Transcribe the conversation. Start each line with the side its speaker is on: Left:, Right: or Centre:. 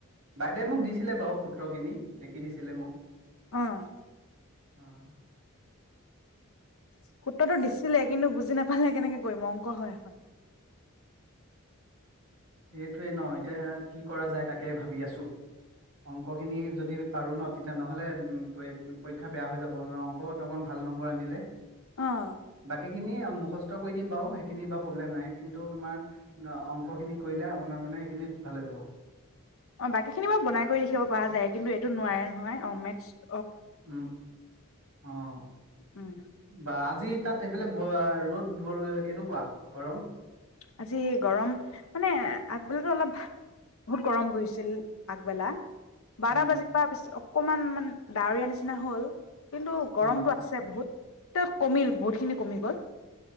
Right: বাইদেউৱে মোক দিছিলে বাৰু সূত্ৰ খিনি খি দিছিলে মোক
Left: অ'
Right: অ'
Left: সূত্ৰটো দিছিলে কিন্তু বুজি নাপালে কেনেকে গৈমংক হয় হয়
Right: এইটোৱে ন এতিয়া কি কৰা যায় তাকে ভাবি আছো অংক খিনি যদি পাৰো ন তেতিয়া নহ'লে পৰীক্ষা বেয়া হৈ যাব ন অংক অকণ ভাল নম্বৰ আনিলে
Left: অ',
Right: বাকী খিনি কষ্ট কৰি দিম বাৰু সেইখিনি বা প্ৰব্লেম নাই। কিন্তু, তোমাৰ অংক খিনি কৰিলে আপোনাৰ মানে সেইখিনি ভালে যাব।
Left: অঁ, বাকী খিনি বাৰু বনাই কৰি লিখিব পৰা যায় কিন্তু এইটো নোৱাৰে নহয়। অঁ মেথচ
Right: উম, অঁ,
Left: উম,
Right: বা আজি তাত সেইফালে-ৰ'দ কেনেকুৱা গৰম।
Left: আজি গৰম মানে আগবেলাটো অলপ বহুত গৰম পৰিছিল আগবেলা। বাৰ
Right: উম
Left: বাজি প অকমান মান ডাৱৰীয়া নিচিনা হল। কিন্তু গৰমতটো
Right: অঁ
Left: আছে বহুত। ত কমিল বহুতখিনি কমি গ'ল।